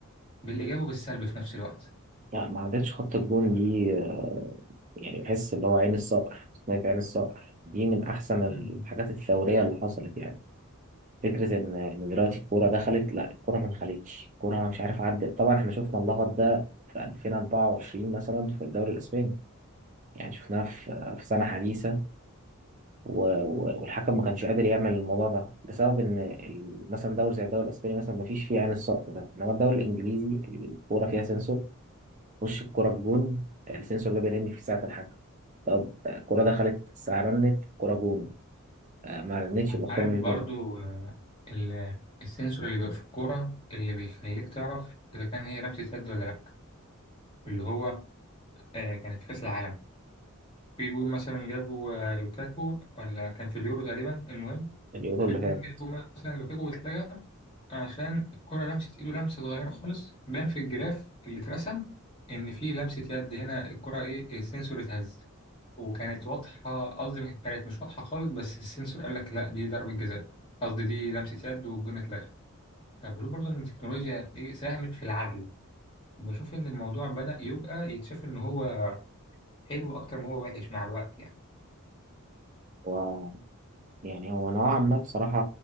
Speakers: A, on the left (about 25°); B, on the right (about 35°).
A: بالإيجاب وبالسلب في نفس الوقت
B: لا ما عدتش خط الجون دي آه، يعني بحس اللي هو عين الصقر تقنية عين الصقر دي من أحسن الحاجات
A: مم.
B: الثورية اللي حصلت يعني فكرة إن إن دلوقتي الكورة دخلت لا الكورة ما دخلتش الكورة مش عارف عدت طبعا إحنا شفنا اللغط ده في 2024 مثلا في الدوري الإسباني يعني شفناه في في سنة حديثة و- و- والحكم ما كانش قادر يعمل الموضوع ده بسبب إن ال- مثلا دوري زي الدوري الإسباني مثلا ما فيش فيه عين الصقر ده إنما الدوري الإنجليزي الكورة فيها سنسور وش الكورة بجون السنسور ده بيرن في ساعة الحكم طب الكورة دخلت الساعة رنت الكورة جون آه، ما رنتش يبقى الكورة
A: عارف
B: مش
A: برضو
B: جون
A: آه، ال- السنسور اللي بيبقى في الكورة اللي بيخليك تعرف إذا كان هي لمسة يد ولا لأ اللي هو آه، كانت في كأس العالم في جون مثلا جابه آه، لوكاكو ولا كان في اليورو تقريبا المهم
B: اليورو
A: في
B: اللي
A: جون
B: فات
A: جابه مثلا لوكاكو واتلغى عشان الكرة لمست ايده لمسة صغيرة خالص بان في الجراف اللي اترسم ان في لمسة يد هنا الكرة ايه السنسور اتهز وكانت واضحة قصدي ما كانت مش واضحة خالص بس السنسور قال لك لا دي ضربة جزاء قصدي دي لمسة يد والجون اتلغى فبشوف برضه ان التكنولوجيا ايه ساهمت في العدل وبشوف ان الموضوع بدأ يبقى يتشاف ان هو حلو اكتر ما هو وحش مع الوقت يعني
B: و... يعني هو نوعا ما بصراحة